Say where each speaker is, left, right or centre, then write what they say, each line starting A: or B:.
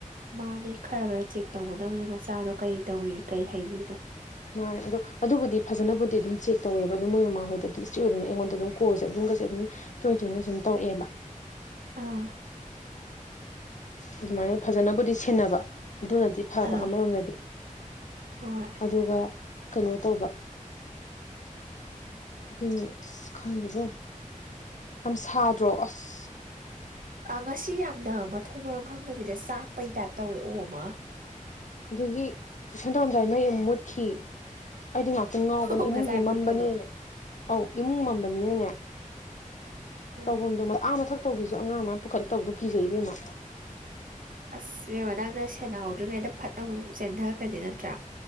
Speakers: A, on the right; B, on the left.
A: ꯃꯥꯅꯦ ꯈꯔ ꯈꯔ ꯆꯦꯛ ꯇꯧꯒꯗꯕꯅꯦ ꯃꯆꯥꯗꯣ ꯀꯩ ꯇꯧꯔꯤ ꯀꯩ ꯍꯩꯔꯤꯗꯣ
B: ꯃꯥꯅꯦ ꯑꯗꯣ ꯑꯗꯨꯕꯨꯗꯤ ꯐꯖꯅꯕꯨꯗꯤ ꯑꯗꯨꯝ ꯆꯦꯛ ꯇꯧꯋꯦꯕ ꯑꯗꯨꯝ ꯃꯣꯏ ꯃꯃꯥꯍꯣꯏꯗꯤ ꯑꯗꯨꯝ ꯏꯁꯇ꯭ꯔꯤꯛ ꯑꯣꯏꯕꯅꯤ ꯑꯩꯉꯣꯟꯗ ꯑꯗꯨꯝ ꯀꯣꯜꯁꯦ ꯑꯗꯨꯝꯒꯁꯦ ꯑꯗꯨꯝ ꯇꯣꯏ ꯇꯣꯏꯅ ꯁꯨꯝ ꯇꯧꯔꯛꯑꯦꯕ
A: ꯑꯥ
B: ꯑꯗꯨꯃꯥꯏꯅ ꯐꯖꯅꯕꯨꯗꯤ ꯁꯦꯟꯅꯕ ꯑꯗꯨꯅꯗꯤ ꯐꯕ
A: ꯑꯥ
B: ꯑꯃꯔꯣꯝꯗꯗꯤ
A: ꯍꯣꯏ
B: ꯑꯗꯨꯒ ꯀꯩꯅꯣ ꯇꯧꯕ ꯑꯗꯨꯅꯦ ꯑꯁ ꯈꯪꯗ꯭ꯔꯦ ꯌꯥꯝ ꯁꯥꯗ꯭ꯔꯣ ꯑꯁ
A: ꯑꯒꯁꯁꯤ ꯌꯥꯝꯅ ꯃꯊꯣꯡ ꯃꯔꯝ ꯈꯪꯗꯕꯤꯗ ꯆꯥꯛꯄꯩ ꯇꯥꯏꯞ ꯇꯧꯋꯦ ꯑꯣ ꯃ
B: ꯑꯗꯒꯤ ꯇꯨꯏꯁꯟ ꯇꯧꯔꯝꯗꯥꯏ ꯃꯩ ꯑꯃꯨꯛ ꯃꯨꯠꯈꯤ ꯑꯩꯗꯤ ꯉꯥꯛꯇꯪ ꯉꯥꯎꯕꯅꯦ
A: ꯉꯁꯥꯏ
B: ꯏꯃꯨꯡꯁꯦ ꯃꯝꯕꯅꯤꯅꯅꯦ
A: ꯃꯨꯠꯄꯗꯣ
B: ꯑꯧ ꯏꯃꯨꯡ ꯃꯝꯕꯅꯤꯅꯅꯦ
A: ꯑꯥ
B: ꯇꯧꯐꯝꯗꯣ ꯑꯥ ꯃꯊꯛ ꯇꯧꯒꯦꯁꯨ ꯑꯉꯥꯡ ꯃꯌꯥꯝ ꯄꯨꯈꯠꯂ ꯇꯧꯕꯗꯣ ꯀꯤꯖꯩ ꯏꯕꯦꯝꯃ
A: ꯑꯁ ꯏꯕꯦꯝꯃ ꯅꯪꯅ ꯁꯦꯟꯅꯍꯧꯗ꯭ꯔꯤꯉꯩꯗ ꯐꯠ ꯑꯃꯨꯛ ꯆꯦꯟꯗꯈ꯭ꯔꯗꯤ ꯅꯠꯇ꯭ꯔꯥ